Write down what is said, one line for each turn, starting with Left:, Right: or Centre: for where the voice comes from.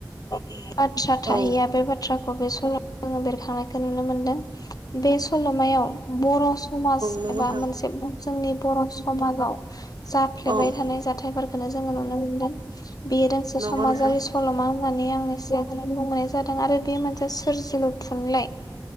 Left: बाथ्रा थाहैया
Right: औ
Left: बे बाथ्राखौ बे सल' जोङो बेरखांनायखौ नुनो मोनदों <inaudible> बे सल'मायाव बर' समाज
Right: नंगौ
Left: एबा
Right: नोंथां
Left: मोनसे जोंनि बर' समा जाव जाफ्लेबाय
Right: औ
Left: थानाय जाथायफोरखौनो जोङो नुनो मोनदों बेयो दोंसे
Right: नंगौ
Left: समाजारि
Right: नोंथां
Left: स मावनानै आङो सिखौनानै बुं मोननाय जादों आरो बेयो मोनसे सोरजिलु थुनलाइ